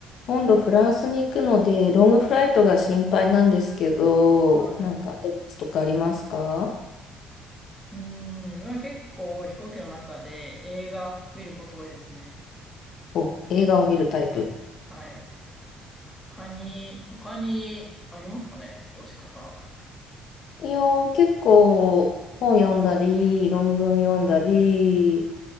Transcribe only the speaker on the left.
今度フランスに行くので、ロングフライトが心配なんですけど、
なんかアドバイスとかありますか
お、映画を見るタイプ。
いやー、結構本読んだり、論文読んだり、